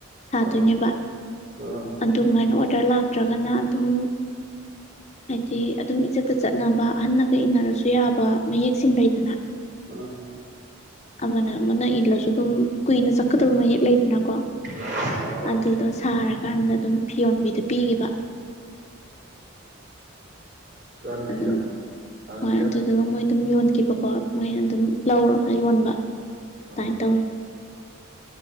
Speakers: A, on the left; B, on the right.
A: ꯁꯥꯗꯣꯏꯅꯦꯕ
B: ꯑꯥ ꯑꯥ
A: ꯑꯗꯨꯃꯥꯏꯅ ꯑꯣꯔꯗꯔ ꯂꯥꯛꯇ꯭ꯔꯒꯅ ꯑꯗꯨꯝ ꯍꯥꯏꯗꯤ ꯑꯗꯨꯝ ꯏꯆꯠꯇ ꯆꯠꯅꯕ ꯑꯍꯟꯅꯒ ꯏꯟꯅꯔꯁꯨ ꯌꯥꯕ ꯃꯌꯦꯛꯁꯤꯡ ꯂꯩꯗꯅ
B: ꯑ
A: ꯑꯅ ꯅ ꯏꯠꯂꯁꯨ ꯑꯗꯨꯝ ꯀꯨꯏꯅ ꯀ ꯑꯗꯨꯩ ꯂꯩꯇ ꯑꯗꯨꯅꯀꯣ
B: ꯔꯥꯅꯤ ꯐꯤꯗꯔꯕ
A: ꯑꯗꯨꯗꯣ ꯁꯥꯔꯒ ꯀꯀꯥꯟꯗ ꯑꯗꯨꯝ ꯐꯤꯌꯣꯟꯕꯤꯗ ꯄꯤꯈꯤꯕ
B: ꯑꯣ ꯔꯥꯅꯤ
A: ꯑꯗꯨꯝ
B: ꯐꯤꯗ ꯔꯥꯅꯤ
A: ꯍꯣꯏ
B: ꯐꯤꯗ
A: ꯑꯗꯨꯗꯨꯒ ꯃꯣꯏ ꯑꯗꯨꯝ ꯌꯣꯟꯈꯤꯕꯀꯣ ꯃꯣꯏꯅ ꯑꯗꯨꯝ ꯂꯧꯔꯒ ꯌꯣꯟꯕ
B: ꯑꯥ
A: ꯇꯥꯏꯅ ꯇꯧꯋꯤ